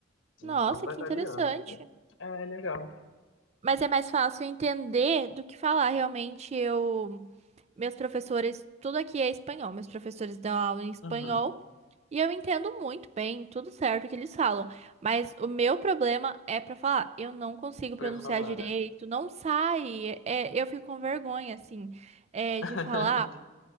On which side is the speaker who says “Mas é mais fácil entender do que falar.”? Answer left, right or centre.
Right